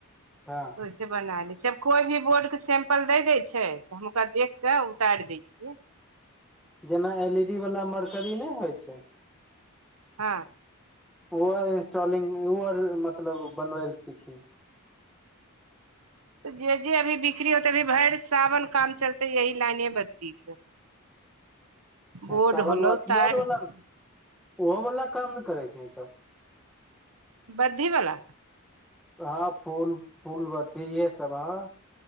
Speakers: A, in the centre; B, on the right.
A: हँ
B: वैसे बना ली कोइ भी बोर्ड के सेंपल दे देै छै तऽ हूम का देखक उतारि दै छियै
A: जेना एल ई डी वाला मरकरी नै होइ छै
B: हँ
A: ओ इंस्टलिंग ओ मतलब बनबैल सीखी
B: त जे जे अभी बिक्री होतै अभी भरि सावन काम चलतै यही लाइनीये बदती के
A: ह <unintelligible>
B: बोर्ड
A: सावनमे
B: होलो
A: अथियओ
B: तार
A: आओर बला
B: होलो
A: ने ओहोवला काम नै करै छै तऽ
B: बद्धिवला
A: हँ फूल फूल बद्धी ई हे सब हँ